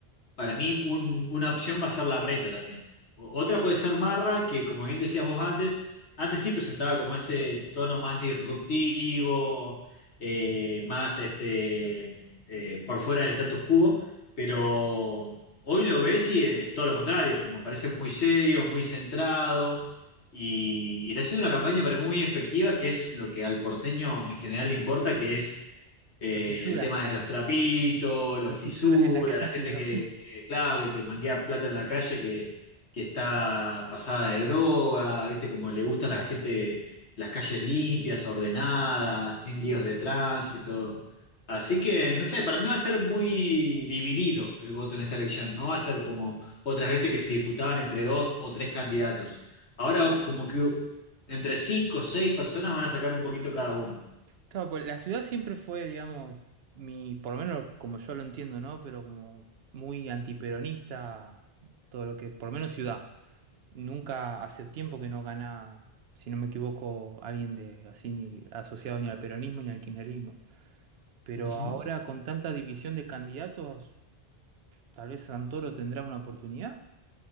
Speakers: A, on the left; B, on the right.
A: para mí un- una opción va a ser la reta también. O- Otra puede ser Marra, que como bien decías vos antes, antes sí presentaba como ese tono más disruptivo, eh, más este, eh, por fuera del status quo, pero hoy lo ves y eh, todo lo contrario, como parece muy serio, muy centrado. Y, y está haciendo una campaña para mí muy efectiva, que es lo que al porteño en general le importa, que es eh,
B: Los fisuras,
A: el tema de los trapitos, los
B: los
A: fisuras,
B: fisuras en la <laughs> calle,
A: la gente
B: lo
A: que,
B: vi.
A: que, claro, que te manguea plata en la calle, que, que está pasada de droga, viste, como le gusta a la gente las calles limpias, ordenadas, sin líos de tránsito. Así que, no sé, para mí va a ser muy dividido el voto en esta elección. No va a ser como otras veces que se disputaban entre dos o tres candidatos. Ahora, como que entre cinco o seis personas van a sacar un poquito cada uno.
B: Claro, pues la ciudad siempre fue, digamos, mi, por lo menos como yo lo entiendo, ¿no? Pero como muy antiperonista, todo lo que, por lo menos ciudad. Nunca hace tiempo que no gana, si no me equivoco, alguien de así ni asociado ni al peronismo ni al kirchnerismo. Pero
A: Ujú.
B: ahora con tanta división de candidatos, tal vez Santoro tendrá una oportunidad.